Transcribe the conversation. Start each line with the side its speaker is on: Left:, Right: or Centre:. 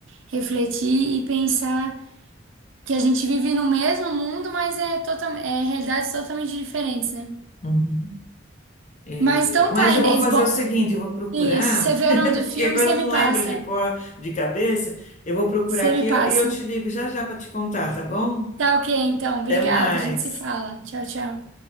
Right: refletir e pensar que a gente vive no mesmo mundo, mas é, total, é realidades totalmente diferentes, né?
Left: uhum. É,
Right: Mas então
Left: mas
Right: tá, Inês.
Left: eu vou fazer
Right: Bom,
Left: o seguinte, eu vou procurar,
Right: isso. Você vê
Left: <laughs>
Right: o nome do
Left: porque
Right: filme,
Left: agora
Right: você
Left: eu
Right: me
Left: não lembro
Right: passa.
Left: de cor, de cabeça. Eu vou procurar
Right: Você
Left: aqui
Right: me passa.
Left: e eu te ligo já já para te contar, tá bom?
Right: Tá ok, então. Obrigada,
Left: Até mais.
Right: a gente se fala. Tchau, tchau.